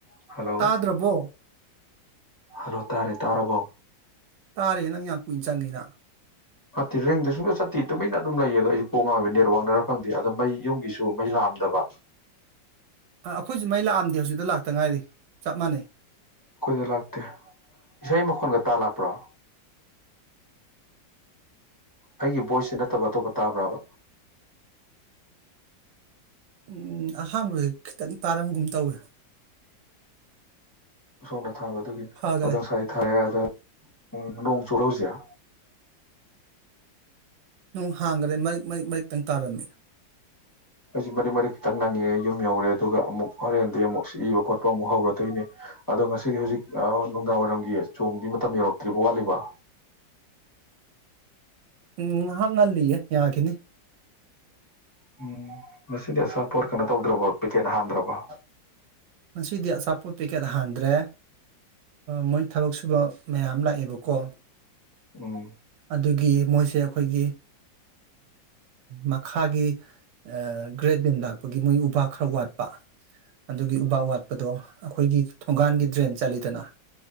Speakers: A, on the left; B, on the right.
A: ꯍꯜꯂꯣ
B: ꯇꯥꯗ꯭ꯔꯕꯣ
A: ꯍꯜꯂꯣ ꯇꯥꯔꯦ ꯇꯥꯔꯕꯣ
B: ꯇꯥꯔꯦ ꯅꯪ ꯌꯥꯝ ꯀꯨꯏꯅ ꯆꯪꯉꯤꯅ
A: ꯅꯠꯇꯤꯔꯦꯡꯗ ꯁꯨꯡꯗ ꯆꯠꯇꯤ ꯇꯨꯃꯤꯟꯅ ꯑꯗꯨꯝ ꯂꯩꯌꯦ ꯑꯗꯣ ꯑꯩꯁꯨ ꯀꯣꯡꯉꯛꯕ ꯅꯦꯠꯋꯥꯛꯅꯔ ꯈꯪꯗꯦ ꯑꯗ ꯃꯩ ꯌꯨꯝꯒꯤꯁꯨ ꯇꯨ ꯃꯩ ꯂꯥꯝꯗꯕ
B: ꯑ ꯑꯩꯈꯣꯏꯁꯨ ꯃꯩ ꯂꯥꯛꯑꯝꯗꯦ ꯍꯧꯖꯤꯛꯇ ꯂꯥꯛꯇ ꯉꯥꯏꯔꯤ ꯆꯞ ꯃꯥꯟꯅꯩ
A: ꯀꯈꯣꯏꯁꯨ ꯂꯥꯛꯇꯦ ꯏꯁꯩ ꯃꯈꯣꯟꯒ ꯇꯥ ꯂꯥꯛꯄ꯭ꯔꯣ ꯑꯩꯒꯤ ꯚꯣꯏꯁꯁꯦ ꯅꯠꯇꯕ ꯑꯇꯣꯞꯄ ꯇꯥꯕ꯭ꯔꯥꯕ
B: ꯎꯝ ꯑꯍꯥꯟꯕꯁ ꯈꯤꯇꯪ ꯇꯥꯔꯝꯒꯨꯝ ꯇꯧꯋꯦ
A: ꯁꯣꯝꯅꯥ ꯊꯥꯕ ꯑꯗꯨꯒꯤ
B: ꯐꯈꯔꯦ
A: ꯑꯗꯣ ꯉꯁꯥꯏ ꯊꯥꯔꯛꯑꯦ ꯑꯗ ꯎꯝ ꯗꯣꯁꯨꯣꯔꯥꯎꯖꯌꯥ
B: ꯅꯨꯡ ꯍꯥꯡꯈꯔꯦ ꯃꯔꯤꯛ ꯃꯔꯤꯛ ꯃꯔꯤꯛꯇꯪ ꯇꯥꯔꯝꯃꯤ
A: ꯑꯩꯁꯤ ꯃꯔꯤꯛ ꯃꯔꯤ ꯈꯤꯇꯪ ꯅꯪꯉꯦ ꯌꯨꯝ ꯌꯧꯔꯦ ꯑꯗꯨꯒ ꯑꯃꯨꯛ ꯍꯣꯔꯦꯟꯗꯒꯤꯩ ꯑꯃꯨꯛ ꯏꯕ ꯈꯣꯠꯄ ꯑꯃꯨꯛ ꯍꯧꯔꯗꯣꯏꯅꯦ ꯑꯗꯣ ꯉꯁꯤꯗꯤ ꯍꯧꯖꯤꯛ ꯅꯨꯡꯗꯥꯡ ꯋꯥꯏꯔꯝꯒꯤ ꯆꯣꯡꯗꯤ ꯃꯇꯝ ꯌꯧꯔꯛꯇ꯭ꯔꯤꯕ ꯋꯥꯠꯂꯤꯕ
B: ꯎꯝ ꯉꯥꯏꯍꯥꯛ ꯉꯜꯂꯤꯌꯦ ꯌꯥꯈꯤꯅꯤ
A: ꯎꯝ ꯃꯁꯤꯗꯤ ꯑꯆꯥꯥꯄꯣꯠ ꯀꯩꯅꯣ ꯇꯧꯗ꯭ꯔꯕ ꯄꯦꯛꯀꯦꯠ ꯍꯥꯟꯗ꯭ꯔꯕ
B: ꯉꯗꯤ ꯑꯆꯥꯄꯣꯠ ꯄꯦꯀꯦꯠ ꯍꯥꯟꯗ꯭ꯔꯦ ꯃꯣꯏ ꯊꯕꯛ ꯁꯨꯕ ꯃꯌꯥꯝ ꯂꯥꯛꯑꯦꯕꯀꯣ
A: ꯎꯝ
B: ꯑꯗꯨꯒꯤ ꯃꯣꯏꯁꯦ ꯑꯩꯈꯣꯏꯒꯤ ꯃꯈꯥꯒꯤ ꯒ꯭ꯔꯦꯠ ꯕꯦꯟ ꯂꯥꯛꯄꯒꯤ ꯃꯣꯏ ꯎꯄꯥꯛ ꯈꯔ ꯋꯥꯠꯄ ꯑꯗꯨꯒꯤ ꯎꯄꯥꯛ ꯋꯥꯠꯄꯗꯣ ꯑꯩꯈꯣꯏꯒꯤ ꯊꯣꯡꯒꯥꯟꯒꯤ ꯗ꯭ꯔꯦꯟ ꯆꯜꯂꯤꯗꯅ